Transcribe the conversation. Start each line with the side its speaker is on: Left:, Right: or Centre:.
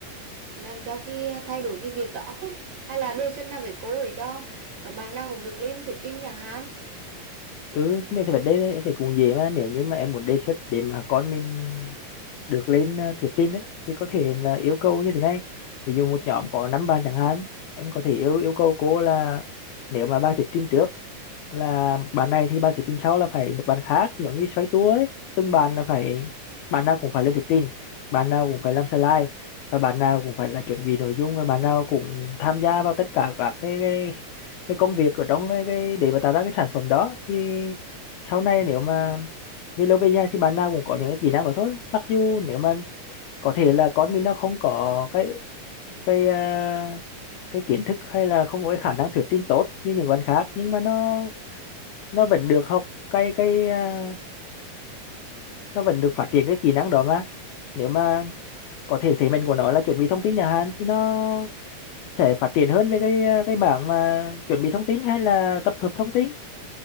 Right: làm cho cái ờ, thay đổi cái việc đó không hay là đề xuất nào với cô để cho bạn nào cũng được lên thuyết trình chẳng hạn
Left: ừ mình thì vấn đề này em thấy cũng dễ mà nếu như mà em muốn đề xuất để mà con mình được lên ờ, thuyết trình ấy thì có thể là yêu cầu như thế này ví dụ một nhóm có năm bạn chẳng hạn em có thể yêu yêu cầu cô là nếu mà bài thuyết trình trước là bàn này thì bạn thuyết trình sau là phải một bàn khác giống như xoay tua ấy, từng bàn là phải bàn nào cũng phải lên thuyết trình bàn nào cũng phải làm slide và bàn nào cũng phải là chuẩn bị nội dung và bàn nào cũng tham gia vào tất cả các cái cái, cái công việc ở trong cái, cái để mà tạo ra cái sản phẩm đó thì sau này nếu mà về lâu về dài thì bạn nào cũng có những cái kỹ năng đó thôi mặc dù nếu mà có thể là con mình nó không có cái cái ờ, cái kiến thức hay là không có cái khả năng thuyết trình tốt như những bạn khác nhưng mà nó nó vẫn được học cái cái à, nó vẫn được phát triển cái kỹ năng đó mà nếu mà có thể thế mạnh của nó là chuẩn bị thông tin nhà Hàn thì nó sẽ phát triển hơn về cái à, cái mảng mà chuẩn bị thông tin hay là tập hợp thông tin